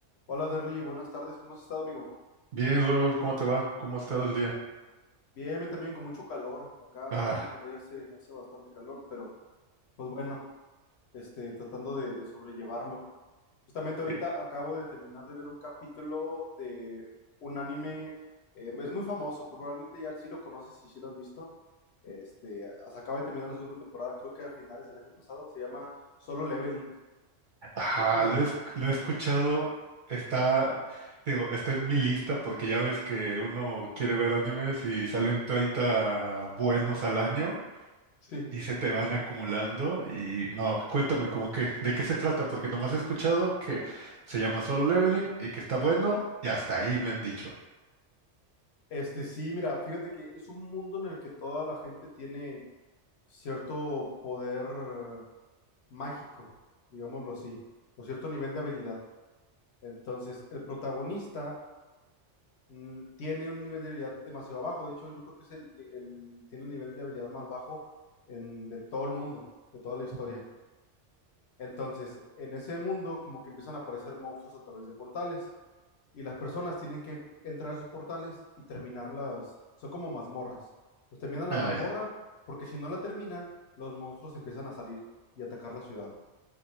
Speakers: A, on the left (about 65°); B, on the right (about 50°).
A: Hola Derly, buenas tardes, ¿cómo has estado, amigo?
B: Bien, Raúl, ¿cómo te va? ¿Cómo ha estado el día?
A: Bien, bien, también con mucho calor. Acá,
B: Ah,
A: acá en Monterrey hace, hace bastante calor, pero pues bueno, este, tratando de, de sobrellevarlo. Justamente ahorita
B: sí.
A: acabo de terminar de ver un capítulo de un anime, eh, es muy famoso, pues probablemente ya sí lo conoces y sí lo has visto. Este, as- acaba de terminar la segunda temporada, creo que a finales del año pasado, se llama Solo Leveling.
B: Ah,
A: Ya te lo...
B: lo he, esc- lo he escuchado, está, digo, está en mi lista porque ya ves que uno quiere ver animes y salen 30 buenos al año
A: Sí.
B: y se te van acumulando y no, cuéntame, cómo que, ¿de qué se trata? Porque nomás he escuchado que se llama Solo Leveling y que está bueno y hasta ahí me han dicho.
A: Este, sí, mira, fíjate que es un mundo en el que toda la gente tiene cierto poder eh, mágico, digámoslo así, o cierto nivel de habilidad. Entonces, el protagonista mm, tiene un nivel de habilidad demasiado bajo. De hecho, yo creo que es el, el- tiene el nivel de habilidad más bajo en- de todo el mundo, de toda la historia.
B: Ujú.
A: Entonces, en ese mundo, como que empiezan a aparecer monstruos a través de portales y las personas tienen que entrar a esos portales y terminarlas. Son como mazmorras. Los terminan la
B: Ah,
A: mazmorra
B: ya.
A: porque si no la terminan, los monstruos empiezan a salir y atacar la ciudad.